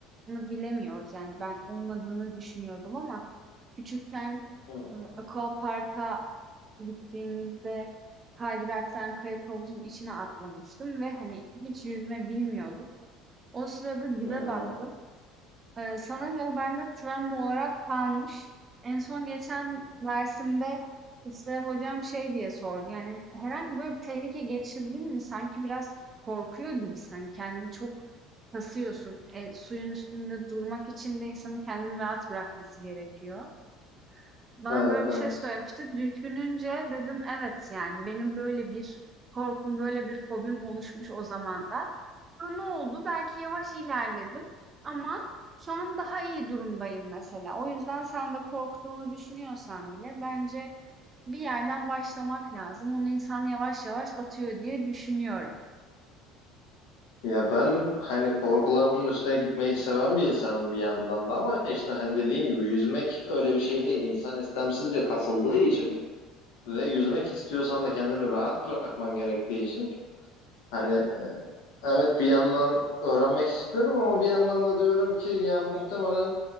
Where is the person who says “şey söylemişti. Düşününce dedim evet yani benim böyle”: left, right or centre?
Right